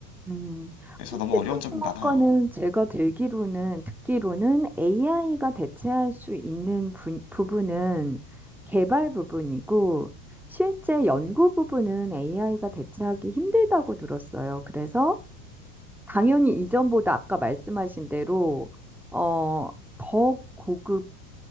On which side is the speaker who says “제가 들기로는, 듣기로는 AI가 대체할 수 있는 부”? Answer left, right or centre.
Centre